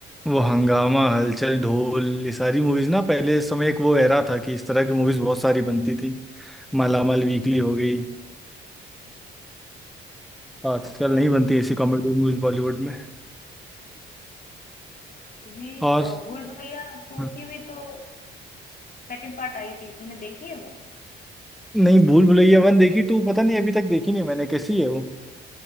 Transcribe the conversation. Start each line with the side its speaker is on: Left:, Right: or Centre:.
Centre: वो हंगामा हलचल ढोल ये सारी मूवीज ना पहले इस समय एक वो एरा था कि इस तरह की मूवीज बहुत सारी बनती थी मालामाल वीकली हो गई आजकल
Left: है हाँ
Centre: नहीं बनती ऐसी कॉमेडी मूवीज बॉलीवुड में
Left: तुम्हें
Centre: और
Left: अ, भूल भुलैया टू
Centre: हाँ,
Left: की भी तो सेकंड पार्ट आई थी तुमने देखी है वो
Centre: नहीं भूल भुलैया वन देखी टू पता नहीं अभी तक देखी नहीं मैंने कैसी है वो